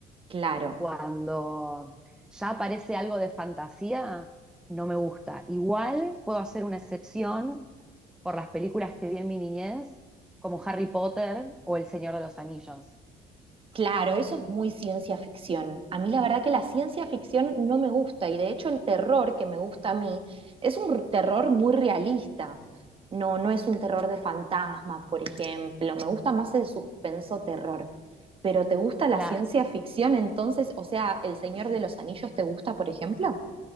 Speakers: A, on the right (about 30°); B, in the centre.
A: Claro.
B: Cuando ya aparece algo de fantasía, no me gusta. Igual puedo hacer una excepción por las películas que vi en mi niñez, como Harry Potter o El Señor de los Anillos.
A: Claro, eso es muy ciencia ficción. A mí la verdad que la ciencia ficción no me gusta y de hecho el terror que me gusta a mí es un terror muy realista. No, no es un terror de fantasma, por ejemplo. Me gusta más el suspenso terror. Pero ¿te gusta la
B: Claro,
A: ciencia ficción entonces? O sea, ¿El Señor de los Anillos te gusta, por ejemplo?